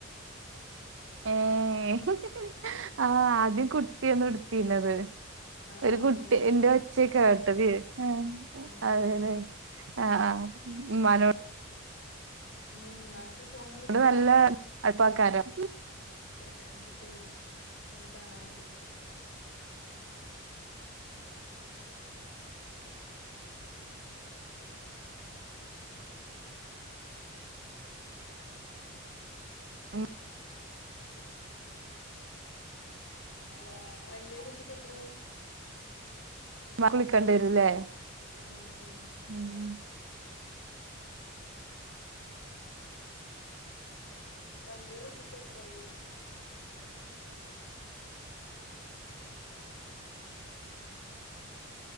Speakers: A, on the right (about 65°); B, on the left (about 60°).
A: ഏഹ്
B: ഉം
A: ആഹ് ആദ്യം കുട്ടിയാണ്എടുത്തിന്നത്
B: ആഹ്
A: ഒരു കുട്ടിന്റെ
B: ഓന്
A: ഒച്ചയ കേ കേട്ടത്. ആഹ്
B: ഉം
A: അതെല്ലേ ആഹ് ഉമ്മാനോട്
B: ഉം ഉമ്മാക്ക്ഫോണ് കിട്ടിയ.
A: നല്ല അടുപ്പാക്കാരം
B: കിട്ടിയ ചാൻസ്ട്ടിയ വിളിച്ചു ഇന്നെ കാണാതെ വിളിച്ചു.
A: <inaudible> <inaudible>
B: ഹലോ വല്ല്യ കുട്ടിക്ക് എത്രായി.
A: മളിക്ക ണ്ടേ രും ല്ലേ.
B: ഉം ഉം
A: ഉം
B: വല്ല്യ കുട്ടിക്ക് എത്രയി ചോയ്ച്ച.